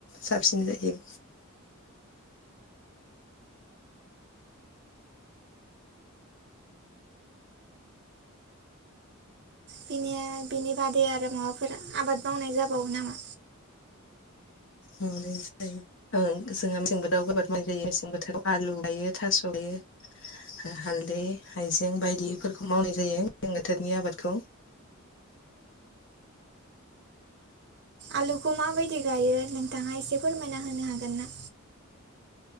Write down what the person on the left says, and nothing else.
साबसिन जायो।
मावनाय जायो जोंहा मेसें बोथोराव आबाद मावनाय जायो मेसें बोथोराव आलु लायो थास' लायो हालदै हायजें बायदिफोरखौ मावनाय जायो मेसें बोथोरनि आबादखौ।